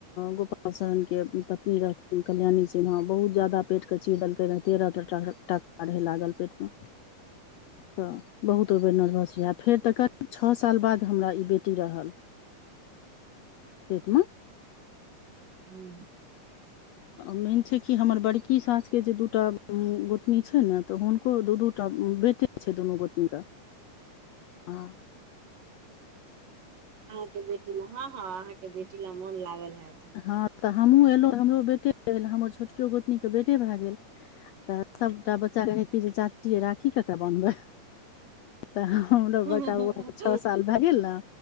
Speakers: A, on the left; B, on the right.
A: गोपाल शरण के पत्नी रहथिन कल्याणी सिन्हा बहुत जादा पेट क चीर डलकै रह तेरह ते टाका रहे लागल पेट मे
B: <inaudible>
A: तऽ बहुत ओई बेर नर्वस रहै फेर तऽ करीब छ साल बाद हमरा ई बेटी रहल।
B: <inaudible>
A: पेटमे
B: हूँ
A: मेन छै कि हमर बड़की सासके जे दूटा गोतनी छै ने तऽ हुनको दू दू टा बेटे छै दुनू गोतनी के आ
B: अहाँके बेटी ला हँ हँ अहाँके बेटी ला मोन लागल हएत
A: हँ तऽ हमु एलौ हमरो बेटे भेल हमर छोटकियो गोतनीक के बेटे भए गेल तऽ सबटा बच्चा के चाची राखी ककरा बनबै तऽ हमरो
B: हँ
A: बरकार बौआ के छ साल भए गेल न